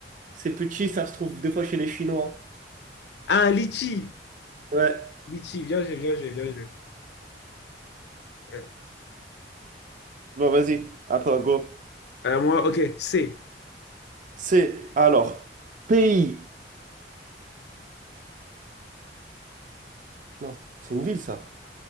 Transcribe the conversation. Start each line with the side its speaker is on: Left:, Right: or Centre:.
Right: C'est petit, ça se trouve des fois chez les Chinois.
Left: Ah, Litchi.
Right: Ouais.
Left: Litchi, bien joué, bien joué, bien joué. Ouais.
Right: Bon, vas-y. Attends, go.
Left: Euh, moi, ok, C.
Right: C'est, alors, pays. Non, c'est une ville, ça.